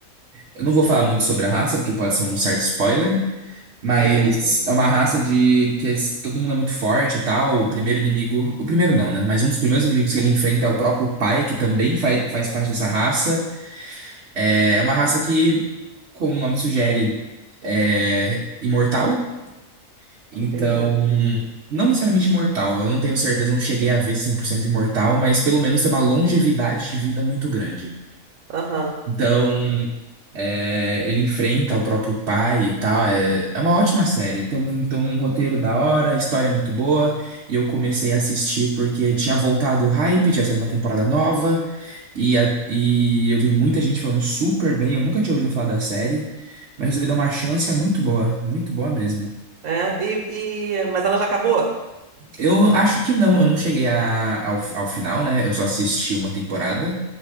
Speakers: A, on the right; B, on the right.
A: Eu não vou falar muito sobre a raça, porque pode ser um certo spoiler. Mas
B: Eu Entendi,
A: é uma raça de que es- todo mundo é muito forte e tal. O primeiro inimigo. O primeiro não, né? Mas um dos primeiros inimigos que ele enfrenta é o próprio pai, que também faz, faz parte dessa raça. É é uma raça que, como o nome sugere, é imortal. Então,
B: entendi.
A: não necessariamente imortal, eu não tenho certeza, não cheguei a ver 100% imortal, mas pelo menos tem uma longevidade de vida muito grande.
B: Aham.
A: Então, é, ele enfrenta o próprio pai e tal, é, é uma ótima série. Tem, um- tem um roteiro da hora, a história é muito boa, e eu comecei a assistir porque tinha voltado o hype, tinha saído uma temporada nova, e, a- e eu vi muita gente falando super bem, eu nunca tinha ouvido falar da série, mas resolvi dar uma chance, é muito boa, muito boa mesmo.
B: É, e, e- mas ela já acabou?
A: Eu acho que não, eu não cheguei a- ao, ao final, né? Eu só assisti uma temporada,